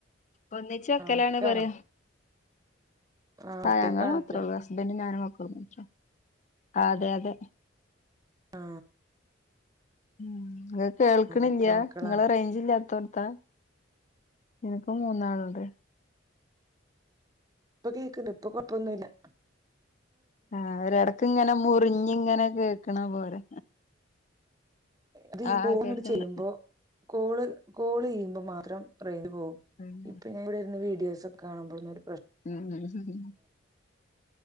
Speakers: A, on the left; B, on the right.
A: ഒന്നിച്ച് വെക്കലാണ്
B: ആ ഒറ്റക്കാണോ
A: പറയ്
B: ആ ഒറ്റക്കാണോയ്ക്ക
A: ആഹ് ഞങ്ങള് മാത്രോള്ളൂ ഹസ്ബൻഡും ഞാനും മ ഒന്നിച് അതെ അതെ
B: ആ
A: ഉം ഇങ്ങള് കേൾക്ക്ണില്ല്യാ
B: എത്ര മക്കളാ
A: ഇങ്ങള് റേയ്ഞ്ച് ഇല്ലാത്തോട് ത്താ ഇനക്ക് മൂന്നാള്ണ്ട്
B: ഇപ്പ കേക്ക്ണ്ട് ഇപ്പൊ കൊഴപ്പൊന്നുല്ലാ
A: ആഹ് ഒര് എടക്ക്ങ്ങനെ മുറിഞ്ഞ്ങ്ങനെ കേക്ക്ണ പോലെ
B: ഇത് ഈ
A: ആഹ്
B: കോള്ങ്ങട്ട്
A: ആഹ് കേക്കണ്ട്
B: ചെയ്യ്മ്പോ കോള് കോളെയ്യ്മ്പോ മാത്രം റേയ്ഞ്ച് പോവും
A: ഉം
B: ഇപ്പഞ്ഞാ ഇവടെരുന്ന് വീ <unintelligible> ഒര്
A: ഉം ഉം